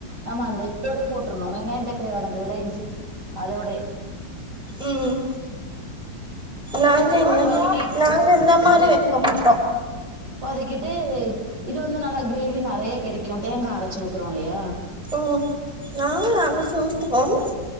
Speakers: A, on the right; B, in the centre.
A: நம்ம அந்த இதோடே போட் ணு வெங்காய தக்காளி வதங்குதுல இஞ்சிப் அதோடே
B: ம் நாங்க இந்த
A: வதக்கி
B: மா நாங்க இந்த மாரி
A: வதக்
B: வெக்க மாட்டோ
A: வதக்கிட்டு இது வந்து நல்லா கிரேவி நெறையா கெடைக்கு தேங்கா அரைச்சு ஊத்துரோ இல்லையா
B: ம் நாங்களு அரைச்சு ஊத்துவோம்